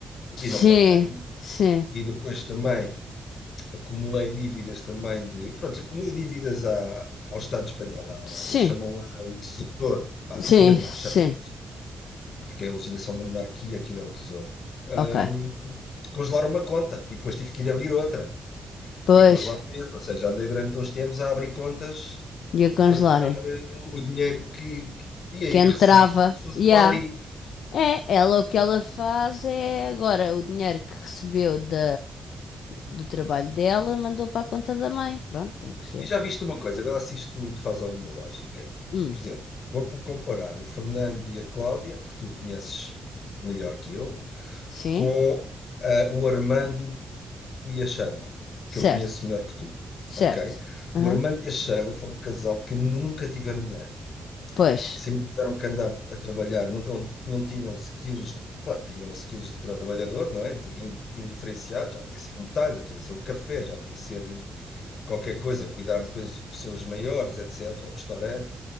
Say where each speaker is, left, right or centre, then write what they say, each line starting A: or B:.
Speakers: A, on the left (about 85°); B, on the left (about 60°).
A: Sim,
B: e não paguei.
A: sim,
B: E depois também acumulei dívidas também de, pronto, acumulei dívidas à, ao Estado espanhol, à,
A: sim,
B: eles chamam lá o Tesouro, a Hacienda,
A: sim, sim.
B: chamam porque a legislação é uma monarquia, aquilo é o tesouro. Hum,
A: Ok.
B: congelaram uma conta e depois tive que ir abrir outra.
A: Pois,
B: E congelaram mesmo, ou seja, andei durante uns tempos a abrir contas
A: ia congelarem.
B: para tentar eh, o dinheiro que, que podia
A: Quem
B: ir receber
A: entrava,
B: se fosse
A: já.
B: para ali.
A: É, ela o que ela faz é agora o dinheiro que recebeu da, do trabalho dela mandou para a conta da mãe. Pronto, tem que ser.
B: E já viste uma coisa, vê lá se isto tudo faz alguma lógica.
A: Hum,
B: Por exemplo, vou por comparar o Fernando e a Cláudia, que tu conheces melhor que eu,
A: sim,
B: com ah, o Armando e a Sheila,
A: certo,
B: que eu conheço melhor que tu,
A: certo.
B: ok? O
A: Aham,
B: Armando e a Sheila foram um casal que nunca tiveram dinheiro.
A: Pois.
B: Sempre tiveram que andar a trabalhar, nunca, não tinham skills, de- pá, tinham skills de trabalhador, não é? De in- Indiferenciado, já podia ser um talho, já podia ser um café, já podia ser qualquer coisa, cuidar de coisas, pessoas maiores, etc., um restaurante,